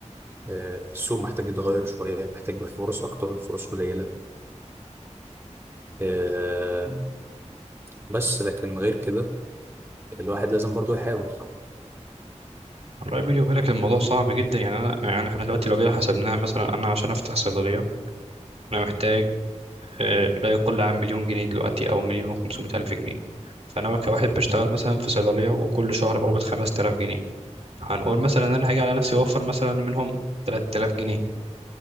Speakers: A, on the right; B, on the right.
A: آه السوق محتاج يتغير شويه محتاج يبقى في فرص اكتر الفرص قليله آه بس لكن غير كده الواحد لازم برضو يحاول
B: والله بيني وبينك الموضوع صعب جدا يعني أنا يعني إحنا دلوقتي لو جينا حسبناها مثلا أنا عشان أفتح صيدلية أنا محتاج آه، لا يقل عن مليون جنيه دلوقتي او مليون وخمسمائة الف جنيه فانا كواحد بشتغل
A: مم.
B: مثلا في صيدليه وكل شهر بقبض 5000 جنيه هنقول مثلا ان انا هاجي على نفسي اوفر مثلا منهم 3000 جنيه